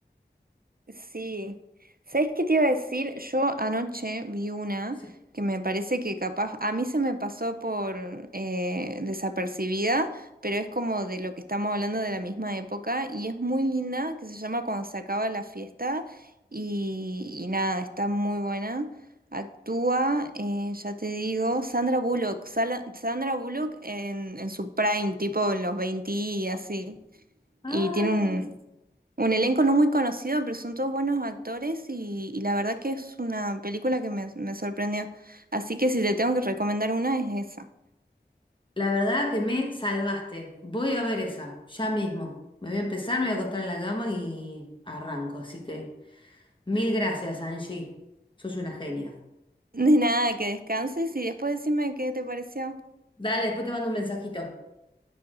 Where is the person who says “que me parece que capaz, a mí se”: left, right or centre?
Right